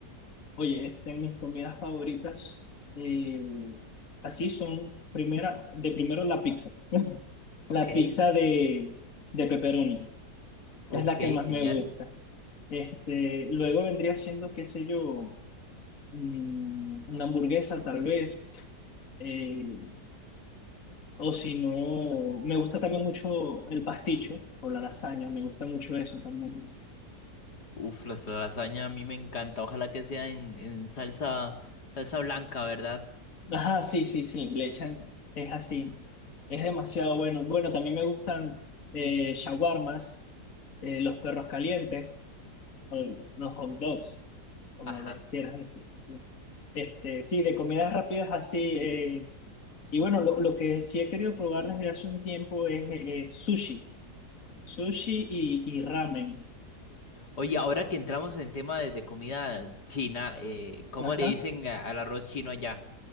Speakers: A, on the left (about 50°); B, on the left (about 75°).
A: Oye, este, mis comidas favoritas, eh, así son, primera, de primero la pizza. <laughs>
B: Ok,
A: La pizza de, de pepperoni,
B: ok,
A: es la que más
B: genial.
A: me gusta. Este, luego vendría siendo, qué sé yo, mm, una hamburguesa tal vez, eh, o si no, me gusta también mucho el pasticho o la lasaña, me gusta mucho eso también.
B: Uf, las lasaña a mí me encanta. Ojalá que sea en, en salsa, salsa blanca, ¿verdad?
A: Ajá, sí, sí, sí, le echan, es así, es demasiado bueno. Bueno, también me gustan eh, shawarmas, eh, los perros calientes, o los hot dogs, como
B: Ajá.
A: les quieras decir. ¿sí? Este, sí, de comidas rápidas así. eh, y bueno, lo, lo que sí he querido probar desde hace un tiempo es eh, eh, sushi, sushi y, y ramen.
B: Oye, ahora que entramos en tema de, de comida china, eh, ¿cómo
A: Ajá,
B: le dicen a- al arroz chino allá?